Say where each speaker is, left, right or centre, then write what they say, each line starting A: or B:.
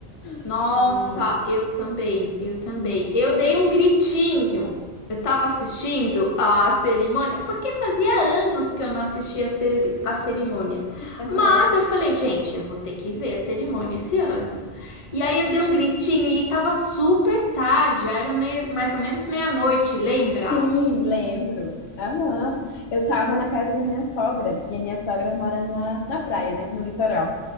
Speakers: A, on the left; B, on the left.
A: Nossa,
B: <laughs> E,
A: eu também, eu também. Eu dei um gritinho. Eu tava assistindo a cerimônia, porque fazia anos que eu não assistia a ceri- a cerimônia.
B: aham.
A: Mas eu falei, gente, eu vou ter que ver a cerimônia esse ano. E aí eu dei um gritinho e tava super tarde, já era mei- mais ou menos meia-noite, lembra?
B: Sim, lembro. Aham. Eu tava na casa da minha sogra, e a minha sogra mora na, na praia, né? No litoral.